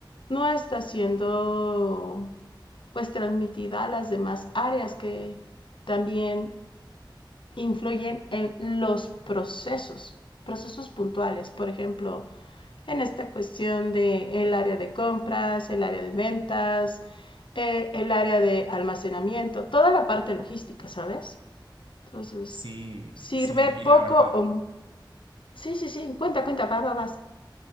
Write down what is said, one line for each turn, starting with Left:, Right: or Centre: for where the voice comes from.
Left: no está siendo pues transmitida a las demás áreas que también influyen en los procesos, procesos puntuales. Por ejemplo, en esta cuestión de el área de compras, el área de ventas, eh, el área de almacenamiento, toda la parte logística, ¿sabes? Entonces,
Right: Sí,
Left: sirve
Right: sí, y
Left: poco
Right: la verdad,
Left: o... Sí, sí, sí, cuenta, cuenta, va, va, vas.